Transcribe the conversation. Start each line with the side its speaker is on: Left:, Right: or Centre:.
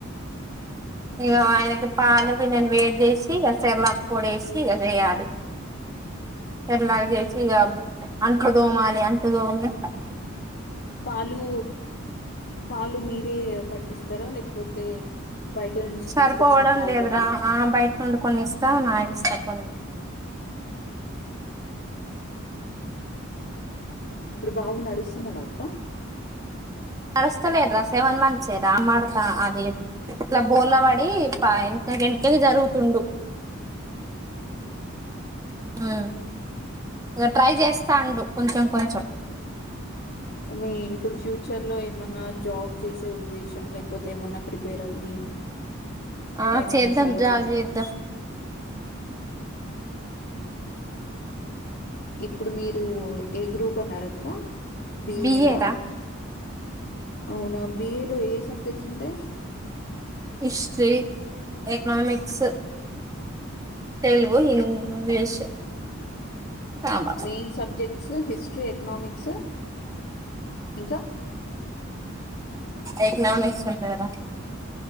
Right: ఇగ ఆయనకి పాలు నేను వేడి జేసి ఇగ సెర్లెక్ పొడేసి ఇగ జేయాలి సెర్లెక్ జేసి ఇగ అంట్లు దోమాలి అంత దోమి
Left: పాలు పాలు మీరే పట్టిస్తారా లేకపోతే బయట నుంచి
Right: సరిపోవడం
Left: తీసుకొచ్చిన పాలు
Right: లేదు
Left: పట్టిస్తారా?
Right: రా ఆ బయట నుండి కొని ఇస్తా నా స్థాపన్
Left: <inaudible> ఇప్పుడు బాబు నడుస్తున్నాడ అక్క.
Right: నడుస్తలేడు రా సెవెన్ మంత్స్ ఏ రా అమ్మర్త అది ఇట్లా బోర్లవడి పైన తగింటే జరుగుతుండు
Left: <inaudible>
Right: ఆ ఇగ ట్రై చేస్తాండు కొంచెం కొంచెం
Left: మీర్ ఇప్పుడు ఫ్యూచర్ లో ఏమన్నా జాబ చేసే ఉద్దేశం లేకపోతే ఏమన్నా ప్రిపేర్ అవ్వి <inaudible> <inaudible>
Right: ఆ
Left: ఏమన్నా
Right: చేద్దాం
Left: చదవడం
Right: జాబ్ జేద్దాం
Left: ఇప్పుడు మీరు ఏ గ్రూప్ అన్నారక్క బిఏనా?
Right: బి ఎ రా
Left: అవునా బిఏ లో ఏ సబ్జెక్ట్స్ ఉంటయి
Right: history economics Telugu English commerce
Left: main subjects history economics ఇంకా
Right: ఎకనామిక్స్ ఉంటాదా